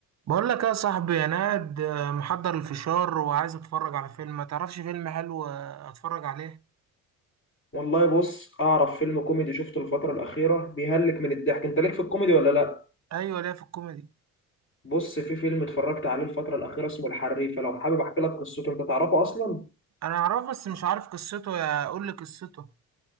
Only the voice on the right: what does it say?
بقول لك يا صاحبي انا قاعد آه، محضر الفشار وعايز اتفرج على فيلم ما تعرفش فيلم حلو آه، اتفرج عليه
ايوه ليه في الكوميدي
انا اعرفه بس مش عارف قصته يا قول لي قصته